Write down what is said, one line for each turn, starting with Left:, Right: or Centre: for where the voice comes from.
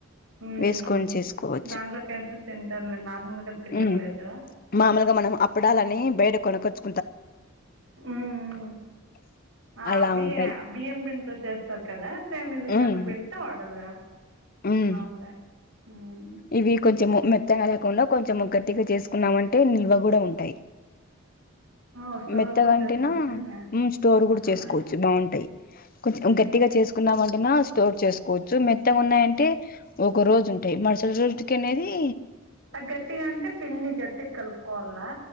Right: హ్మ్.
Left: వేసుకొని చేసుకోవచ్చు
Right: దాంట్లోకేసి తింటారులే నార్మల్‌గా తినేదిలేదు.
Left: హ్మ్ మామూలుగా మనం అప్పడాలని బయట కొనకచ్చు
Right: హ్మ్ హ్మ్ ఆ
Left: అలా
Right: అవి
Left: ఉంటాయి
Right: బియ్యం పిండితో చేస్తారు కదా సేమ్ ఇది జొన్నపిండితో
Left: ఉమ్
Right: వడలే
Left: ఉమ్
Right: అవున్లే హ్మ్
Left: ఇవి కొంచెం మెత్తంగా లేకుండా కొంచెం ముగ్గటిగా చేసుకున్నామంటే నిల్వ కూడా ఉంటాయి.
Right: ఓహ్! స్టోర్
Left: మెత్తగా
Right: కూడా
Left: అంటేను
Right: చేసుకోవచ్చేమి?
Left: మ్మ్ స్టోర్ కూడా
Right: ఆ!
Left: చేసుకోవచ్చు. బాగుంటాయి. కొంచెం
Right: హ్మ్.
Left: గట్టిగా చేసుకున్నామంటేనా తోడ్ చేసుకోవచ్చు మెత్తగా ఉన్నాయంటే ఒక రోజు ఉంటాయి. మార్స రోజుట్కనేది
Right: ఆ గట్టిగాంటే పిండి గట్టి కలుపుకోవాలా